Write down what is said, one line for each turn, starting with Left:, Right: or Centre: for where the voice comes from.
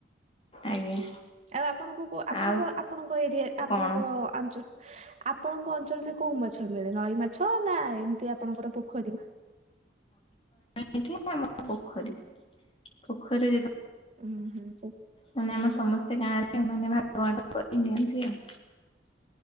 Left: ଆଜ୍ଞା।
Right: ଆରେ ଆପଣଙ୍କୁ ଆପଣଙ୍କ
Left: ଆଉ
Right: ଆପଣଙ୍କ ଏରିଆ ଆପଣଙ୍କ
Left: କଣ
Right: ଅଞ୍ଚଳ ଆପଣଙ୍କ ଅଞ୍ଚଳରେ କୋଉ ମାଛ। କେତେ ବେଳେ ନଇ ମାଛ ନା ଏମିତି ଆପଣଙ୍କର ପୋଖରୀ
Left: ଏଠି <unintelligible> ପୋଖରୀ। ପୋଖରୀରେ ଯେ
Right: ହୁଁ ହୁଁ ପୋ
Left: ମାନେ ଆମ ସମସ୍ତେ ଗାଁରେ ମାନେ ଭାଗ ବାଟ କରି ନିଅନ୍ତି ଆଉ।